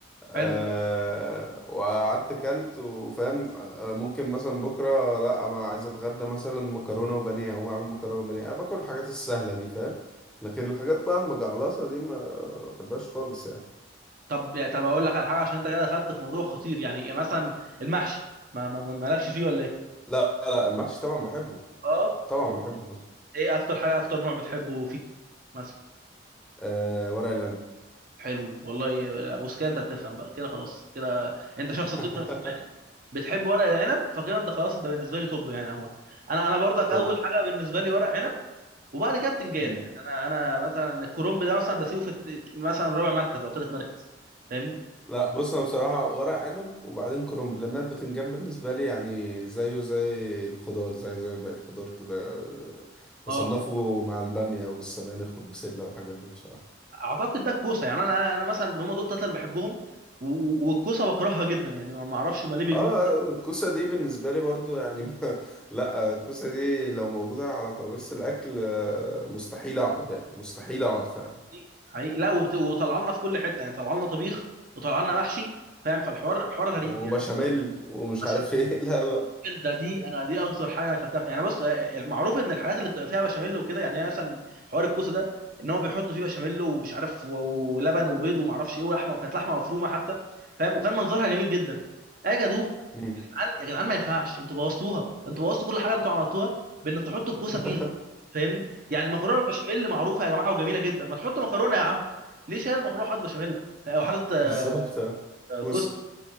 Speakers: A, in the centre; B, on the right (about 45°).
A: أه
B: حلو ده
A: وقعدت كلت وفاهم آه، ممكن مثلا بكرة لأ أنا عايز أتغدى مثلا مكرونة وبانيه هقوم أعمل مكرونة وبانيه أنا باكل الحاجات السهلة دي فاهم لكن الحاجات بقى المجعلصة دي ما بحبهاش خالص يعني
B: طب يعني طب اقول لك على حاجه عشان انت كده دخلت في موضوع خطير يعني يعني مثلا المحشي ما ما ما- مالكش فيه ولا ايه
A: لا لا المحشي طبعا بحبه
B: اه
A: طبعا
B: طب اقول
A: بحبه
B: برضه ايه اكتر حاجه اكتر نوع بتحبه فيه مثلا
A: آه ورق العنب
B: حلو والله بص كده انت بتفهم بقى كده خلاص كده انت شخص
A: <laughs>
B: بتكره السبانخ بتحب ورق العنب فكده انت خلاص انت بالنسبه لي توب يعني عموما انا انا برضك
A: طب
B: اول حاجه بالنسبه لي ورق عنب وبعد كده بتنجان
A: مم.
B: يعني انا انا مثلا الكرنب ده مثلا بسيبه في الت- مثلا رابع مركز او ثالث مركز فاهمني
A: لا بص انا بصراحه ورق عنب وبعدين كرنب لان أنا البتنجان بالنسبه لي يعني زيه زي الخضار زي زي باقي الخضار كده آه،
B: اه
A: بصنفه مع الباميه والسبانخ والبسله والحاجات دي بصراحه
B: اعتقد ده الكوسه يعني انا انا مثلا هم دول ثلاثه اللي بحبهم و- و- والكوسه بكرهها جدا يعني ما ما اعرفش هم ليه بيجيبوا
A: اه لا،
B: الكوسه
A: الكوسه دي بالنسبه لي برضو يعني <laughs> ما لا الكوسه دي لو موجوده على ترابيزه الاكل آه، مستحيل اقعد يعني مستحيل اقعد فعلا
B: حقيقي حقيقي لا وبت- وطلعنا في كل حته يعني طلعنا طبيخ وطلعنا محشي فاهم فالحوار الحوار غريب
A: وبشاميل
B: يعني
A: ومش
B: بشاميل
A: عارف ايه <laughs> لا لا
B: ده دي انا دي اكتر حاجه اكلتها في- يعني بص آه، آه، المعروف ان الحاجات اللي بتبقى فيها بشاميل وكده يعني هي مثلا حوار الكوسه ده ان هو بيحطوا فيه بشاميل ومش عارف و- ولبن وبيض وما اعرفش ايه ولحمه وكانت لحمه مفرومه حتى فاهم وكان منظرها جميل جدا اجي ادوق
A: مم.
B: يا جدعان يا جدعان ما ينفعش انتوا بوظتوها انتوا بوظتوا كل حاجه اللي انتوا عملتوها بانك تحطوا الكوسه
A: <laughs>
B: فيها فاهمني يعني المكرونه بالبشاميل معروفه يا جماعه وجميله جدا ما تحطوا مكرونه يا عم ليه شايل المكرونه وحاطط بشاميل وحاطط آه،
A: بالظبط آه.
B: آه، كوسه
A: بص